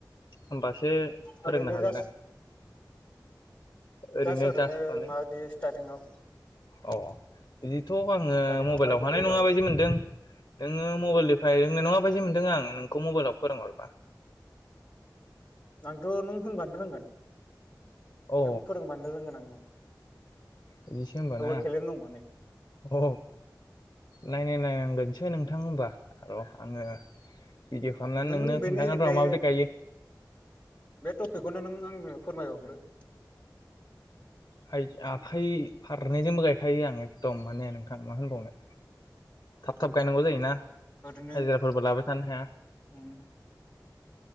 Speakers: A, on the left; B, on the left.
A: होमबासो फोरोंनो
B: ओरैनो
A: हागोन
B: जास्ट
A: आं ओरैनो
B: जास्ट
A: जास माने
B: माबायदि स्टार्टिंआव
A: अ बिदिथ' आङो
B: स्टार्टिंआव
A: मबाइलाव
B: माइखौ
A: हानाय
B: फोबाय
A: नङाबायदि जों नोङो मबाइलदो ओमफ्राय रोंनाय नङा बायदि मोनदों आं नोंखौ मबाइलाव फोरोंहरबा
B: आंथ' नों होनबासो रोंगोन
A: अ
B: नों फोरोंबानो रोंगोन आं
A: बिदिसो होमबा ना
B: टेलेन्ट दं माने
A: अ नायनाय नायनांगोन बिदिसो नोंथां होनबा र' आङो भिडिअ' खालामनानै
B: नों
A: नोंनो
B: बेनि
A: खोन्थागोन र'
B: बे
A: माबोरै गायो
B: बे टपिकखौनो नों आंनो फोरमायहर थोथ
A: हाय आखाइ फारनैजोंबो गायखायो आं एखदम माने नोंथां मा होनबावनो थाब थाब गायनांगौ जायोना हाजिराफोरबो
B: ओरैनो
A: लाबाय थानो हाया
B: उम